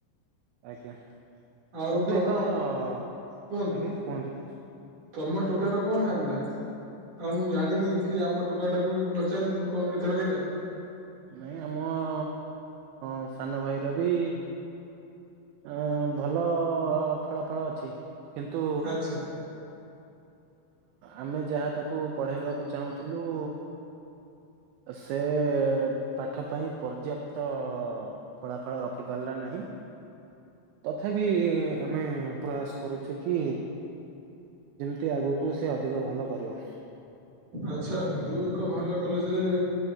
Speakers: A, on the right; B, on the right.
A: ଆଜ୍ଞା
B: ଆଉ
A: ବନ୍ଧୁ
B: ତମ
A: ଏକ ଆଜ୍ଞା
B: କୁହନ୍ତୁ
A: କୁହନ୍ତୁ।
B: ତମ ଟୋକାର କଣ ବାହାରିଲା? ଆଉ ମୁଁ ଜାଣିନି କି ଆମ ଟୋକା ଟାକୁ ବି ପଚାରିନି କଣ କେତେ ରହିଲା।
A: ନାଇଁ ଆମ ଅ ଅ ସାନ ଭାଇର ବି ଅ ଭଲ ଫଳା ଫଳ ଅଛି କିନ୍ତୁ
B: ଆଚ୍ଛା
A: ଆମେ ଯାହା ତାକୁ ପଢ଼େଇବାକୁ ଚାହୁଁଥିଲୁ ସେ ପାଠ ପାଇଁ ପର୍ଯ୍ୟାପ୍ତ ଫଳା ଫଳ ରଖି ପାରିଲା ନାହିଁ। ତଥାପି ଆମେ ପ୍ରୟାସ କରୁଛୁ କି ତି ଆଗକୁ ସେ ଅଧିକ ଭଲ କରିବ।
B: ଆଛା ବନ୍ଧୁ ଏକ ଭଲ କଲେଜରେ